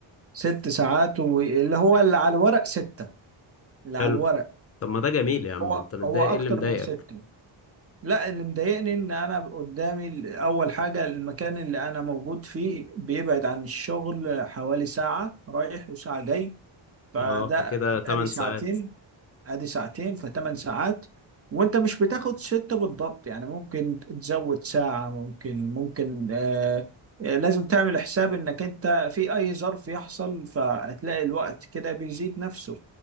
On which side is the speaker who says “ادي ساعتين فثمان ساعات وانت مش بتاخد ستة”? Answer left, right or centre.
Right